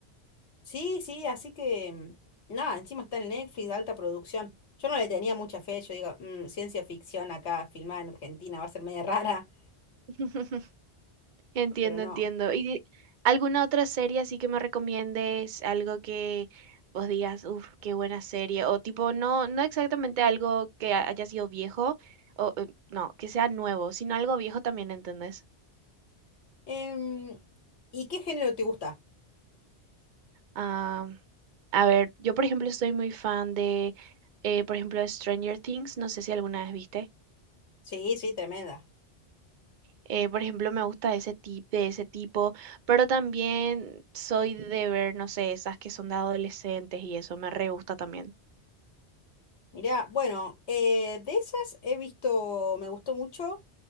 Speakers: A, on the left; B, on the right.
A: Sí, sí, así que mm, nada, encima está en Netflix, de alta producción. Yo no le tenía mucha fe, yo digo, "Mm, ciencia ficción acá, filmada en Argentina, va a ser media rara,
B: <laughs> Entiendo,
A: pero no.
B: entiendo. ¿Y di- alguna otra serie así que me recomiendes? Algo que vos digas, uff, qué buena serie. O tipo, no, no exactamente algo que ha- haya sido viejo, o eh, no, que sea nuevo, sino algo viejo también, ¿entendés?
A: Em, ¿y qué género te gusta?
B: Ah, a ver, yo por ejemplo soy muy fan de, eh, por ejemplo, Stranger Things, no sé si alguna vez viste.
A: Sí, sí, tremenda.
B: Eh, por ejemplo, me gusta ese tip de ese tipo, pero también soy de ver, no sé, esas que son de adolescentes y eso me re gusta también.
A: Mirá, bueno, eh, de esas he visto, me gustó mucho